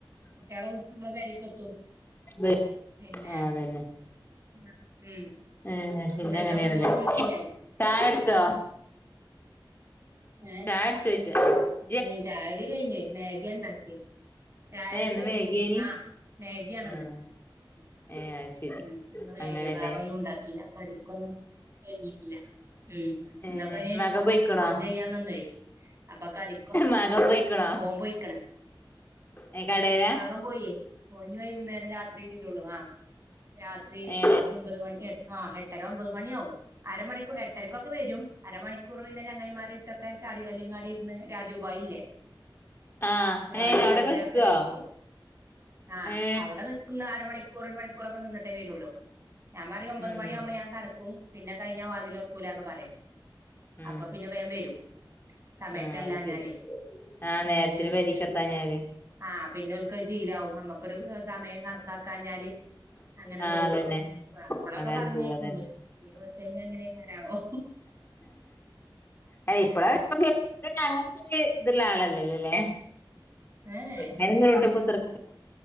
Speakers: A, on the right; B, on the left.
A: കുട്ട്യാളും അമ്മളെ പെരീക്കെത്തും
B: ആഹ്
A: പിന്നെ
B: ആഹ് അതന്നെ
A: <unintelligible> ഉം
B: ഏഹ് പിന്നെ
A: പിന്നെന്താ
B: അങ്ങനേണ്ല്ലെ
A: കുഞ്ഞോള് വിളിച്ചീനോ
B: ചായുടിച്ചോ
A: ഏഹ്
B: ചായുടിച്ചോയ്ക്കാ
A: ഉം ചായുടി കഴിഞ്ഞ് മാഗിയാ ഇണ്ടാക്കിയെ ചായുടി
B: ഏഹ് ഇന്ന്
A: കഴിഞ്ഞു
B: വൈകിയേനി
A: ആഹ് മാഗിയാണ്
B: ആഹ്
A: ഇന്ന്
B: ഏഹ് അഹ് ശരി
A: ഉം ഇന്ന് മാഗിയാ
B: അങ്ങനെല്ലേ
A: വേറൊന്നും ഉണ്ടാക്കീല്ല കടിക്കൊന്നും ഒര്ങ്ങിയിട്ടില്ല ഉം
B: ഏ
A: ഇന്ന്പ്പയിന്
B: മകൻ പോയിക്കണോ
A: ഫോൺ ചെയ്യാൻ നിന്നുവേ അപ്പ കടിക്കോ
B: മകൻ പോയിക്കണോ
A: ഓൻ പോയിക്ക്ണ്
B: ഏ കടേലാ
A: മകൻ പോയേ ഓൻ ഇഞ്ഞ് വൈകുന്നേരം രാത്രി വെരൊള്ളൂ ആഹ് രാത്രി
B: ഏ
A: ഒമ്പത് മണി എ ആഹ് എട്ടര ഒമ്പത് മണിയാവും അരമണിക്കു എട്ടരക്കൊക്കെ വരും അരമണിക്കൂർ പിന്നെ ചെങ്ങായിമാരെട്ത്തൊ ക്കെ ചാടികല്ല്ങ്ങാടി ഇര്ന്ന് രാജുഭായില്ലേ
B: ആ
A: രാജുഭായിന്റെ
B: ഏ അവിടൊക്കെ വിക്കുവോ
A: ആടെത്തന്നെയിരിക്കും ആഹ്
B: ഏ
A: അവടെ നി ന്ന് അര മണിക്കൂർ ഒരു മണിക്കൂറൊക്കെ നിന്ന്ട്ടേ വെരൊള്ളൂ ഞാൻ പറയും ഒമ്പത്
B: ഉം
A: മണിയാവുമ്പം ഞാൻ കടക്കും പിന്നെ കഴിഞ്ഞാ വാതിലൊറ്ക്കൂലാ ഒക്കെ പറിം
B: ഉം
A: അപ്പൊ പിന്നെ വേം വരും സമയത്തല്ലാഞ്ഞാലേ
B: ആ അത് ശരി ആ
A: അപ്പൊ
B: നേരത്തിന്
A: വേം വിളിച്ചെരു
B: പെരീക്കെത്താഞ്ഞാല്
A: പിന്നെ ആഹ് പിന്നെ ഓൽക്ക്‌ അഹ് ശീലാവും നമ്മക്കൊരു ഏഹ് സമയം കണ ക്കാക്കാഞ്ഞാല് അങ്ങനാട്
B: ആ
A: പോവേ
B: അതന്നെ
A: വാ ഇപ്പളൊക്കെ
B: അങ്ങനെ
A: പറഞ്ഞേക്കുണ്ട്
B: പോവാ അതന്നെ
A: ഇഞ്ഞ് കൊറ്ച്ചഴിഞ്ഞ എങ്ങനേക്കാരാവോ
B: ഏഹ് ഇപ്പളെ <unintelligible> ഇത്ള്ള ആളല്ലല്ലോല്ലേ
A: ഏഹ്
B: ഞാനിന്ന് വീട്ട് കുത്തർ